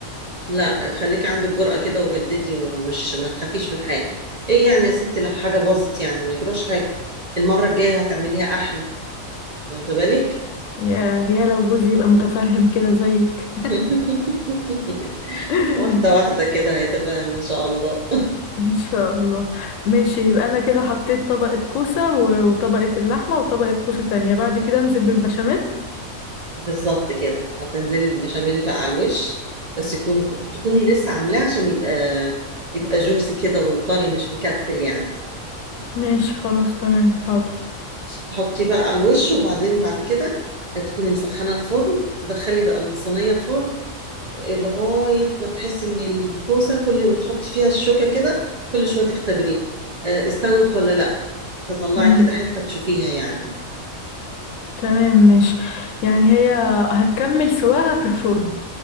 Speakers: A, on the right; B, on the left.
A: لا خليكي عندك جرأة كده وجددي ومش ما تخافيش من حاجة ايه يعني يا ستي لو حاجة باظت يعني ما يجراش حاجة المرة الجاية هتعمليها أحلى واخدة بالك
B: يا يا لو جوزي يبقى متفهم كده زيك
A: <laughs>
B: <laughs>
A: واحدة واحدة كده هيتفهم إن شاء الله
B: ان شاء الله ماشي يبقى انا كده حطيت طبقه كوسه و- وطبقه اللحمه وطبقه كوسه تانية بعد كده انزل بالبشاميل
A: بالظبط كده هتنزلي بالبشاميل بقى على الوش بس يكون تكوني لسه عاملاه عشان يبقى يبقى جوسي كده وطري مش مكتل يعني
B: ماشي خلاص تمام حاضر
A: تحطيه بقى على الوش وبعدين بعد كده تكوني مسخنة الفرن تدخلي بقى الصينية الفرن لغاية ما تحس إن الكوسة كل ما تحطي فيها الشوكة كده كل شوية تختبريها آه، استوت ولا لأ تطلعي
B: امم
A: كده حتة تشوفيها يعني
B: تمام ماشي يعني هي هتكمل سواها في الفرن